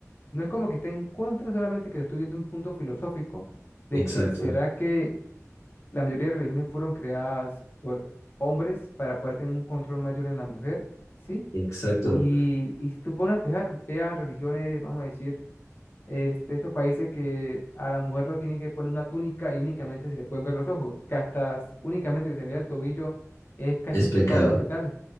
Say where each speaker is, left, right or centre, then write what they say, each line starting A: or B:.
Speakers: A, on the left; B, on the left.
A: no es como que esté en contra, solamente que le estoy viendo un punto filosófico de
B: Exacto,
A: que será que la mayoría de religiones fueron creadas por hombres para poder tener un control mayor en la mujer, ¿sí?
B: exacto.
A: Y, y si tú pones a fijar, vea religiones, vamos a decir, este, estos países que a la mujer lo tienen que poner una túnica y únicamente se le pueden ver los ojos, que hasta s- únicamente que se le vea el tobillo es casi
B: Es
A: un
B: pecado.
A: pecado capital.